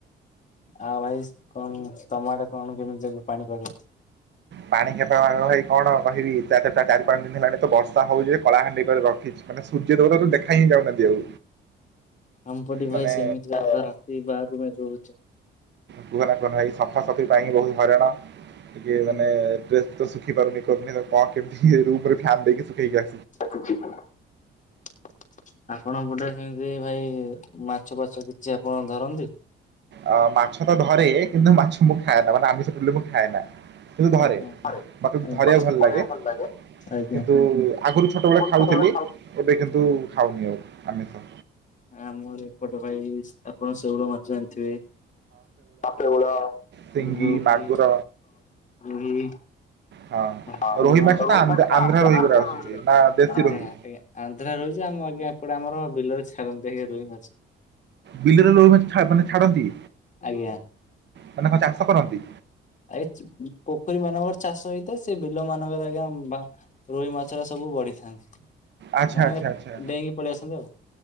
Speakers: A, on the left (about 40°); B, on the right (about 60°).
A: ଆଉ ଭାଇ କଣ ତମ ଆଡେ କଣ କେମିତି ଚାଲିଛି ପାଣି ପାଗ।
B: ପାଣି ପାଗ କଣ ଭାଇ କହିବି ଚାରି ପାଞ୍ଚ ଦିନ ହେଲାଣି ତ ବର୍ଷା ହଉଛି କଳାହାଣ୍ଡି କରି ରଖିଛି। ମାନେ ସୂର୍ଯ୍ୟ ଦେବତା ତ ଦେଖା ହିଁ ଯାଉନାହାନ୍ତି ଆଉ।
A: ଆମ ପଟେ
B: ମାନେ
A: ଭାଇ ସେମିତିରେ ରାତି ବାରରୁ ମେଘ ହୁଉଛି।
B: କୁହନା କୁହନା ଏଇ ସଫା ସଫି ପାଇଁ ବହୁତ ହଇରାଣ ଟିକେ ମାନେ।
A: ଆଜ୍ଞା।
B: ଡ୍ରେସ ତ ଶୁଖି ପାରୁନି କରୁନି କଣ କେମିତି ଇଏ ରୁମ ରେ ଫ୍ୟାନ ଦେଇକି ଶୁଖେଇକି ଆ
A: ଆ ଖୁସି ତ <inaudible> ଆପଣ ଗୋଟେ ସେମିତି ଭାଇ ମାଛ ଫାଛ କିଛି ଆପଣ ଧରନ୍ତି।
B: ଅ, ମାଛ ତ ଧରେ କିନ୍ତୁ ମାଛ ମୁଁ ଖାଏନା ମାନେ ଆମିଷ ମୁଁ ଖାଏ ନା କିନ୍ତୁ ଧରେ
A: ଆଜ୍ଞା ଆଜ୍ଞା
B: ମତେ
A: ଆଜ୍ଞା।
B: ଧରିବା ଭଲ
A: ଖାଇବାକୁ
B: ଲାଗେ
A: ଆଜ୍ଞା।
B: କିନ୍ତୁ ଆଗରୁ ଛୋଟ ବଳେ ଖାଉଥିଲି।
A: ଛୋଟବେଳେ ଖାଉ
B: ଏବେ
A: ଆଜ୍ଞା
B: କିନ୍ତୁ ଖାାଉନି ଆଉ ଆମିଷ
A: ଆମର ଏପଟ ଭାଇ ଆପଣ ଶେଉଳ ମାଛ ଜାଣିଥିବେ। ଅ, ଶେଉଳ,
B: ସିଙ୍ଗି
A: ରୋହି,
B: ମାଗୁର
A: ରୁହି
B: ହଁ
A: ରୋହୀ
B: ରୋହି ତ ଆନ୍ଧ୍ର
A: ମାଛ ଗୁରା
B: ରୋହି
A: ଆନ୍ଧ୍ରା
B: ଗୁରା ଆସୁଛି
A: ରୋହୀ।
B: ନା ଦେଶୀ
A: <unintelligible>
B: ରୋହି।
A: ଆନ୍ଧ୍ରା ରୋହୀ ଯେ ଆମ ଆଜ୍ଞ ଏପଟେ ଆମର ବିଲରେ ଛାଡନ୍ତି ରୋହୀ ମାଛ।
B: ବିଲରେ ରୋହୀ ମାଛ ଛା ମାନେ ଛାଡନ୍ତି।
A: ଆଜ୍ଞା
B: ମାନେ କଣ ଚାଷ କରନ୍ତି
A: ଆ ପୋଖରୀ ମାନଙ୍କର ଚାଷ ହେଇଥାଏ ସେ ବିଲ ମାନଙ୍କର ଆଜ୍ଞା ରୋହି ମାଛ ଗୁରା ସବୁ ବଢିଥାନ୍ତି
B: ଆଚ୍ଛା
A: ମାନେ
B: ଆଚ୍ଛା ଆଚ୍ଛା।
A: ଡେଇଁକି ପଳେଇ ଆସନ୍ତି ଆଉ।